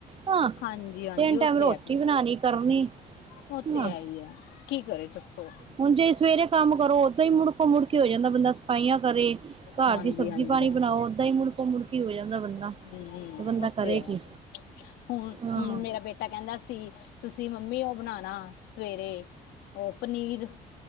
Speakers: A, on the right (about 35°); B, on the left (about 80°).
A: ਹਾਂ
B: ਹਾਂਜੀ ਹਾਂਜੀ
A: ਤਿੰਨ
B: ਉਹ
A: ਟਾਈਮ
B: ਤੇ
A: ਰੋਟੀ
B: ਹੈ
A: ਬਣਾਣੀ ਕਰਨੀ।
B: ਉਹ ਤੇ
A: ਹਾਂ
B: ਹੈ ਹੀ ਆ ਕੀ ਕਰੇ ਦੱਸੋ।
A: ਹੁਣ ਜੇ ਸਵੇਰੇ ਕੰਮ ਕਰੋ ਉਦਾਂ ਹੀ ਮੁੜਕੋ ਮੁੜ ਕੇ ਹੋ ਜਾਂਦਾ ਬੰਦਾ। ਸਫਾਈਆਂ ਕਰੇ ਘਰ
B: ਹਾਂਜੀ
A: ਦੀ ਸਬਜ਼ੀ
B: ਹਾਂਜੀ
A: ਪਾਣੀ ਬਣਾਓ ਓਦਾਂ ਹੀ ਮੁੜਕੋ ਮੁੜਕੀ ਹੋ ਜਾਂਦਾ ਬੰਦਾ।
B: ਹਮ
A: ਤੇ ਬੰਦਾ
B: ਉੱਥੇ
A: ਕਰੇ
B: ਆ
A: ਕੀ
B: ਹੁਣ
A: ਹਾਂ
B: ਹੁਣ ਮੇਰਾ ਬੇਟਾ ਕਹਿੰਦਾ ਸੀ। ਤੁਸੀਂ ਮੰਮੀ ਉਹ ਬਣਾਉਣਾ ਸਵੇਰੇ ਉਹ ਪਨੀਰ।